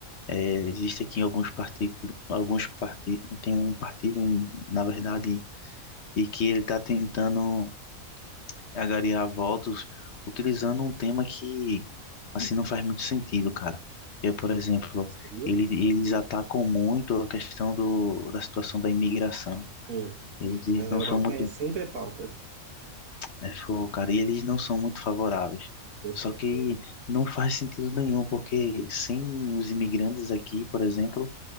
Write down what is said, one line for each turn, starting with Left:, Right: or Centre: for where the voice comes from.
Left: É, existe aqui alguns partidos, alguns partidos, tem um partido, um, na verdade, e que ele está tentando angariar votos utilizando um tema que, assim, não faz muito sentido, cara. Que é, por exemplo,
Right: Seria?
Left: ele, eles atacam muito a questão do, da situação da imigração.
Right: Hum.
Left: Eles, eles
Right: Mas na
Left: não
Right: Europa
Left: são muito,
Right: é sempre a pauta.
Left: é, foi, cara, e eles não são muito favoráveis.
Right: Eu sei,
Left: Só que
Right: imagina.
Left: não faz sentido nenhum, porque sem os imigrantes aqui, por exemplo,